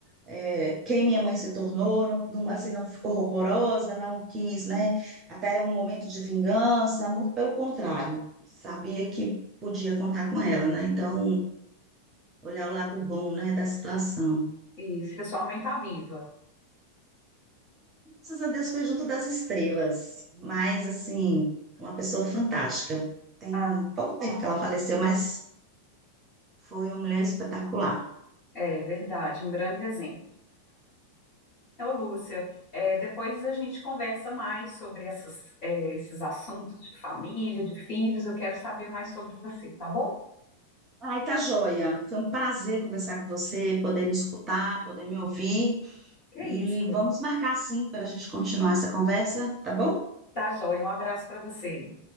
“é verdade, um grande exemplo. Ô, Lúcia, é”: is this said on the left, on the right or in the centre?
Left